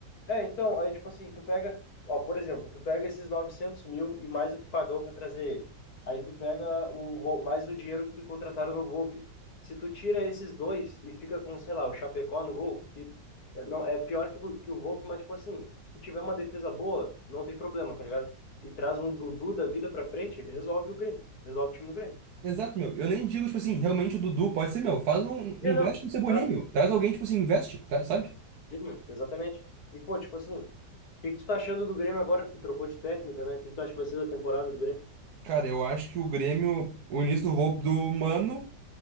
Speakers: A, on the left; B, on the right.
A: É, então, aí, tipo assim, tu pega, ó, por exemplo, tu pega esses 900 mil e mais o que pagou para trazer ele. Aí tu pega o, Vo- mais o dinheiro que contrataram no Volpe. Se tu tira esses dois e fica com, sei lá, o Chapecó no gol, que é, não, é pior que o, que o Volpe, mas, tipo assim, se tiver uma defesa boa, não tem problema, tá ligado? E traz um Dudu da vida pra frente, resolve o Grêmio, resolve o time do Grêmio.
B: Exato, meu. Eu nem digo, tipo assim, realmente o Dudu pode ser, meu. Faz um.
A: É
B: Investe
A: não,
B: no Cebolinha,
A: exato,
B: meu. Traz alguém, tipo assim, investe, tá, sabe?
A: Sim, exatamente. E, pô, tipo assim, o que que tu tá achando do Grêmio agora, que trocou de técnico, né? O que que tu acha que vai ser da temporada do Grêmio?
B: Cara, eu acho que o Grêmio, o início do, roubo do Mano,